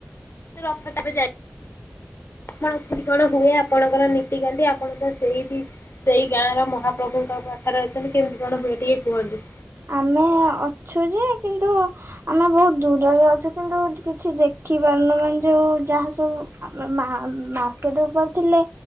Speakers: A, on the left; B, on the right.
A: ରଥ ଟା ବି ଯାଇ ଆପଣ କି କଣ ହୁଏ ଆପଣଙ୍କର ନୀତିକାନ୍ତିି ଆପଣ ତ ସେଇ ସେଇ ଗାଁ ର ମହାପ୍ରଭୁଙ୍କ ପାଖରେ ଅଛନ୍ତି କେମିତି କଣ ହୁଏ ଟିକେ କୁହନ୍ତି।
B: ଆମେ ଅଛୁ ଯେ କିନ୍ତୁ ଆମେ ବହୁତ ଦୂରରେ ଅଛୁ କିନ୍ତୁ କିଛି ଦେଖିପାରୁନୁ ମାନେ ଯୋଉ ଯାହା ସବୁ ଆମର ମାର୍କ ମାର୍କେଟ ଉପରେ ଥିଲେ